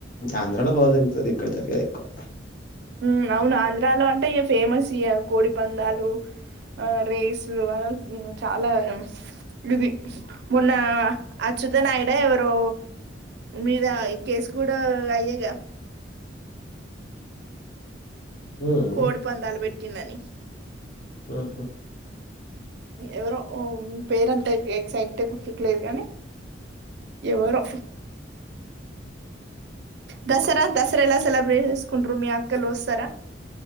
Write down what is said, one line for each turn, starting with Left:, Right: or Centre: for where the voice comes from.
Left: ఆంధ్రలో బాగా జరుగుతాది ఏక ఇక్కడ జరిగేది ఏకువ
Right: ఉ అవును ఆంధ్రాలో అంటే ఇ ఫేమస్ ఇ కోడిపందాలు ఆ రేస్లు చాలా ఇది మొన్న అచ్యుతనాయుడ ఎవరు మీద కేసు కూడా అయ్యాగా
Left: ఉమ్,
Right: కోడి పందాలు పెట్టి అని
Left: ఆఓహా
Right: ఎవరో పేరంతా ఎగ్జైట్ గుర్తికులేదు కానీ ఎవరు దసరా దసరలా సెలబ్రేషస్కుంట్రు మీ అక్కల్ వస్తసార